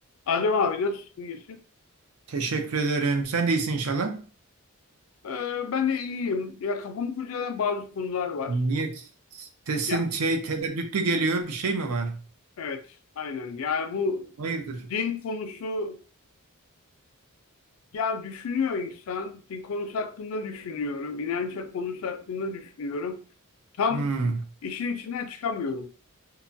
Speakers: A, on the left (about 65°); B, on the right (about 75°).
A: Adem abi nasılsın? İyisin.
B: Teşekkür ederim. Sen de iyisin inşallah.
A: Ee, ben de iyiyim. Ya kafamı kurcalayan bazı konular var.
B: Niye sesin
A: Ya
B: şey tereddütlü geliyor? Bir şey mi var?
A: evet aynen. Yani bu
B: Hayırdır?
A: din konusu ya düşünüyor insan. Din konusu hakkında düşünüyorum. İnanç konusu hakkında düşünüyorum. Tam
B: Hmm,
A: işin içinden çıkamıyorum.